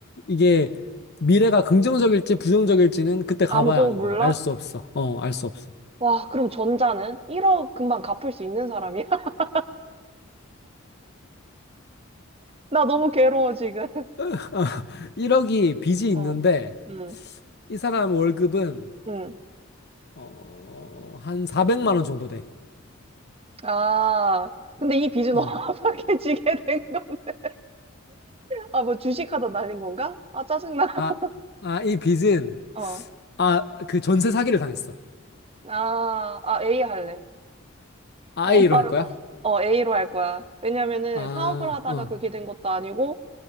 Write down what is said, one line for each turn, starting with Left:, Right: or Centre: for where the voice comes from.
Left: 이게 미래가 긍정적일지 부정적일지는 그때 가봐야
Right: 아무도
Left: 아는
Right: 몰라?
Left: 거야. 알 수 없어. 어, 알 수 없어.
Right: 와, 그럼 전자는 1억 금방 갚을 수 있는 사람이야? <laughs> 나 너무 괴로워, 지금. <laughs>
Left: <laughs> 1억이 빚이
Right: 어,
Left: 있는데
Right: 음,
Left: 이 사람 월급은
Right: 음.
Left: 어, 한 400만 원 정도 돼.
Right: 아, 근데 이 빚은
Left: 어.
Right: <laughs> 어떻게 지게 된 건가? 아, 뭐 주식하다 날린 건가? 아, 짜증나. <laughs>
Left: 아, 아, 이 빚은
Right: 어,
Left: 아, 그 전세 사기를 당했어.
Right: 아, 아, A 할래.
Left: 아이로
Right: 어, <laughs> 바로,
Left: 할 거야?
Right: 어, A로 할 거야. 왜냐면은
Left: 아,
Right: 사업을 하다가
Left: 어.
Right: 그렇게 된 것도 아니고,